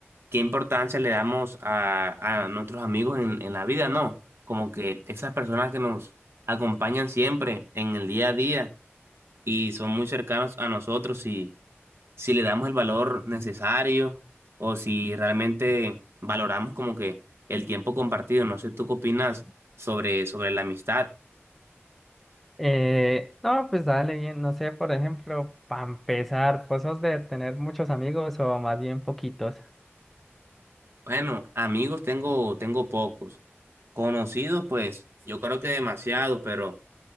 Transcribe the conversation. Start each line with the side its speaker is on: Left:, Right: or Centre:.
Right: qué importancia le damos a, a nuestros amigos en, en la vida, ¿no? Como que esas personas que nos acompañan siempre en el día a día y son muy cercanos a nosotros si le damos el valor necesario o si realmente valoramos como que el tiempo compartido. No sé, ¿tú qué opinas sobre, sobre la amistad?
Centre: Eh, no, pues dale, bien. No sé, por ejemplo, para empezar, ¿vos sos de tener muchos amigos o más bien poquitos?
Right: Bueno, amigos tengo, tengo pocos. Conocidos, pues, yo creo que demasiados, pero,